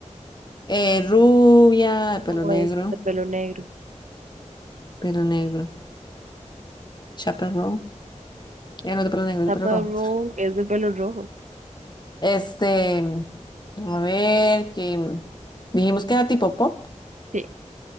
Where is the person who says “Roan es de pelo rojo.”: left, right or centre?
Right